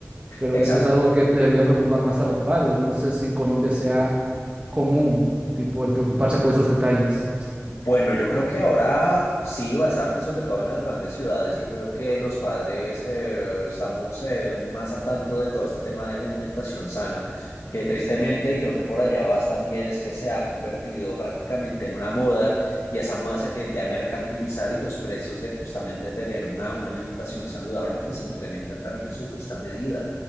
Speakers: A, on the right; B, on the left.
A: Pero
B: exacto.
A: eso es algo que debería preocupar más a los padres. No sé si en Colombia sea común, tipo, el preocuparse por esos detalles.
B: Bueno, yo creo que ahora sí, bastante, sobre todo en las grandes ciudades. Yo creo que los padres eh, estamos eh, más al tanto de todo este tema de la alimentación sana, que tristemente, y creo que por allá vas también, es que se ha convertido prácticamente en una moda y esa moda se tiende a mercantilizar y los precios de justamente tener una, una alimentación saludable pues se incrementan también en su justa medida.